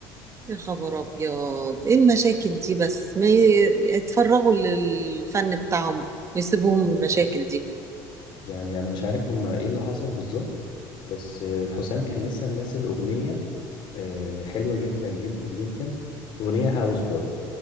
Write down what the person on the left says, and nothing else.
يعني انا مش عارف هما ايه اللي حصل بالظبط بس حسام كان لسه منزل اغنية آه، حلوة جدا جدا جدا أغنية هاوس برضو